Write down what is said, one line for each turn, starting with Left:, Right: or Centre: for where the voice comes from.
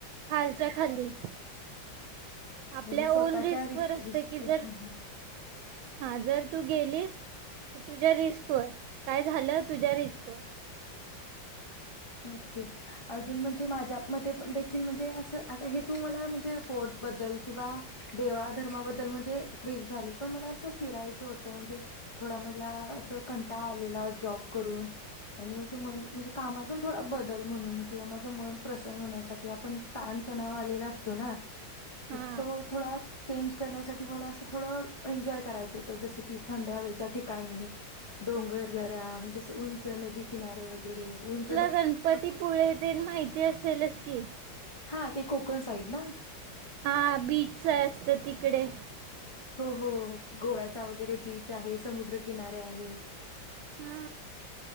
Right: खालच्या खाली आपल्या
Left: म्हणजे स्वतःच्या
Right: ओन रिस्क
Left: रि
Right: वर असत
Left: रिस्क
Right: की
Left: हां,
Right: जर
Left: हां.
Right: हा जर तू गेलीस तर तुझ्या रिस्क वर काय झालं तुझ्या रिस्क वर
Left: ओके अजू तून म्हणजे माझ्या मते पण देखील म्हणजे असं आता हे तू मला म्हणजे फोर्ट बद्दल किंवा देवाधर्माबद्दल म्हणजे ट्रिप झाली पण मला असं फिरायचं होतं म्हणजे थोडा मधला असं कंटाळा आलेला जॉब करून आणि माझ मन म्हणजे कामात थोडा बदल म्हणून किंवा माझं मन प्रसन्न होण्यासाठी आपण ताणतणाव आलेला असतो ना?
Right: हा
Left: तो थोडा चेंज करण्यासाठी मला असं थोडं एन्जॉय करायचं होतं जसं की थंड हवेच्या ठिकाणी डोंगरदऱ्या म्हणजे असं उंच नदी किनारे वगैरे उन
Right: गणपती पुुळे तेण माहिती असेलस की?
Left: हा ते कोकण साईड ना?
Right: हा बीचच असत तिकडे
Left: हो, हो. गोव्याचा वगैरे बीच आहे, समुद्रकिनारे आहेत.
Right: हा